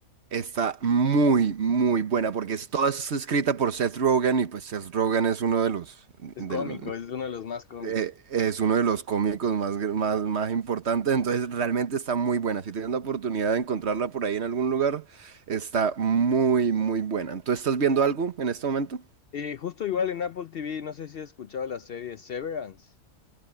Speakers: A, on the right; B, on the left.
A: está muy, muy buena porque es, toda es escrita por Seth Rogen y pues Seth Rogen es uno de los,
B: Es
A: del-
B: cómico, es uno de los más cómicos.
A: eh, es uno de los cómicos más, gr- más, más importantes, entonces realmente está muy buena. Si tienes la oportunidad de encontrarla por ahí en algún lugar, está muy, muy buena. entonces estás viendo algo en este momento?
B: Y justo igual en Apple TV, no sé si has escuchado la serie Severance.